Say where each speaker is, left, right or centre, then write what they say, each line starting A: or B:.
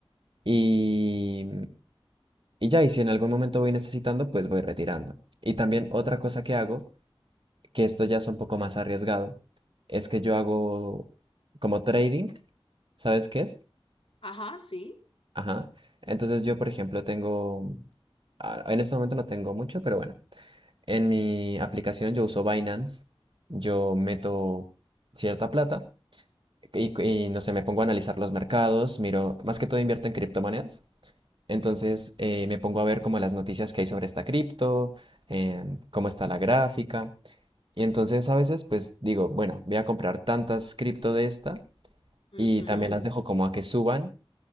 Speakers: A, on the right; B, on the left.
A: Y, y ya, y si en algún momento voy necesitando, pues voy retirando. Y también otra cosa que hago que esto ya es un poco más arriesgado, es que yo hago como trading, ¿sabes qué es?
B: Ajá, sí.
A: Ajá. Entonces yo, por ejemplo, tengo, ah, en este momento no tengo mucho, pero bueno, en mi aplicación yo uso Binance, yo meto cierta plata y, y, no sé, me pongo a analizar los mercados, miro, más que todo invierto en criptomonedas. Entonces eh, me pongo a ver como las noticias que hay sobre esta cripto, em, cómo está la gráfica. Y entonces a veces pues digo, bueno, voy a comprar tantas cripto de esta
B: ujú,
A: y también las dejo como a que suban